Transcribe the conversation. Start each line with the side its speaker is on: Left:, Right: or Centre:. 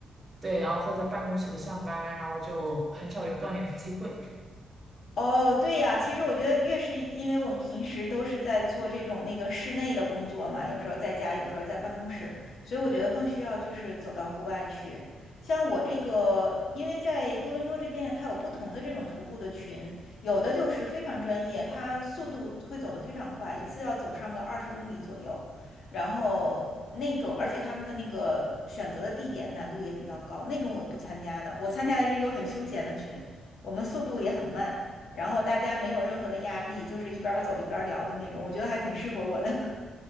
Right: 对，然后或者在办公室里上班，然后就很少有锻炼的机会。
Left: 哦，对呀，其实我觉得越是因为我们平时都是在做这种那个室内的工作嘛，有时候在家，有时候在办公室，所以我觉得更需要就是走到户外去。像我这个，因为在多伦多这边，它有不同的这种徒步的群，有的就是非常专业，它速度会走得非常快，一次要走上个二十公里左右，然后那种，而且他们的那个选择的地点难度也比较高，那种我不参加的，我参加的是一个很休闲的群，我们速度也很慢。然后大家没有任何的压力，就是一边儿走一边儿聊的那种，我觉得还挺适合我的。<laughs>